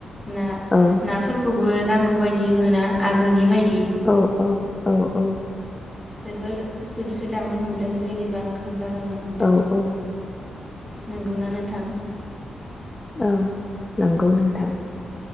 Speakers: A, in the centre; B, on the left.
A: ना
B: औ
A: नाफोरखौ बो नांगौ बायदि मोना आगोलनि बायदि
B: औ औ औ औ
A: जोबोर जोबस्रिलांनो हमदों जेनेबा आंखाल जालांनो हमदों
B: औ औ
A: नंगौना नोंथां
B: औ नंगौ नोंथां